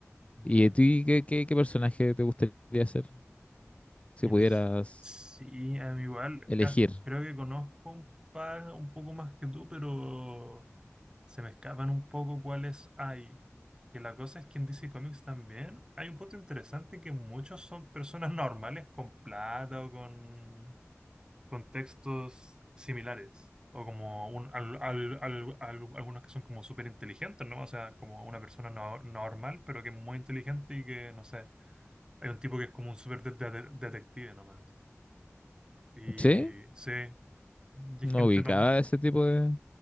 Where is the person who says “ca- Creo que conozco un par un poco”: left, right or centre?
Right